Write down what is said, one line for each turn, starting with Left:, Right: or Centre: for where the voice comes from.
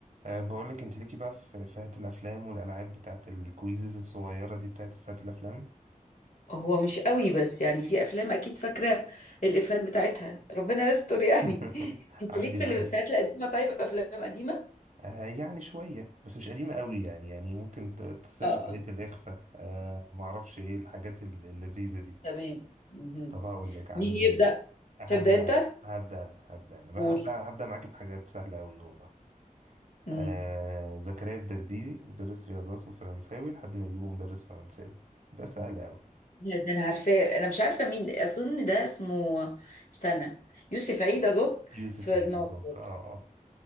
Right: أه بقول لك انت ليكي بقى في فئة الافلام والالعاب بتاعت الكويزز الصغيرة دي بتاعت فئة الافلام
Left: هو مش قوي بس يعني في افلام اكيد فاكره الافيهات بتاعتها ربنا يستر يعني
Right: <laughs>
Left: <laughs> انت
Right: عندي
Left: ليك في
Right: عندي
Left: الافيهات القديمه طيب افلام قديمه
Right: أه يعني شوية بس مش قديمة قوي يعني يعني ممكن ت- تسر
Left: اه اه
Right: طاقية الإخفاء أه معرفش ايه الحاجات ال- اللذيذة دي
Left: تمام مهم.
Right: طب هقول لك عندي
Left: مين يبدا
Right: هبدأ
Left: تبدا انت
Right: أنا، هبدأ أنا، هبدأ أنا.
Left: قول
Right: هبدأ هبدأ معاكي بحاجات سهلة قوي والله
Left: مم.
Right: أه زكريا الدرديري مدرس رياضات وفرنساوي لحد ما يجيبه مدرس فرنساوي ده سهل قوي
Left: لا ده انا عارفاه انا مش عارفه مين اظن ده اسمه استنى يوسف عيد اظن
Right: يوسف
Left: في
Right: عيد
Left: الناظر
Right: بالظبط اه اه